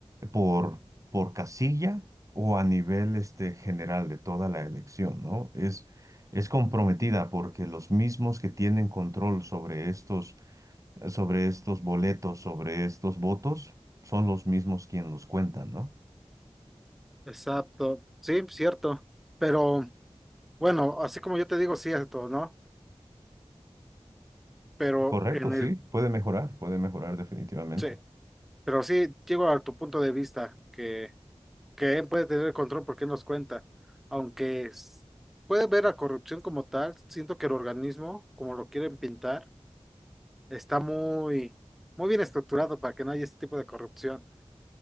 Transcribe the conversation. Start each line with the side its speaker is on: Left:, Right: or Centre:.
Right: por, por casilla o a nivel este, general de toda la elección, ¿no? Es, es comprometida porque los mismos que tienen control sobre estos, sobre estos boletos, sobre estos votos, son los mismos quienes los cuentan, ¿no?
Centre: Exacto, sí, cierto, pero bueno, así como yo te digo, cierto, ¿no? pero
Right: Correcto,
Centre: en
Right: sí,
Centre: el,
Right: puede mejorar, puede mejorar definitivamente.
Centre: sí, pero sí llego a tu punto de vista que, que él puede tener el control porque él nos cuenta, aunque s- puede ver la corrupción como tal, siento que el organismo, como lo quieren pintar, está muy, muy bien estructurado para que no haya este tipo de corrupción.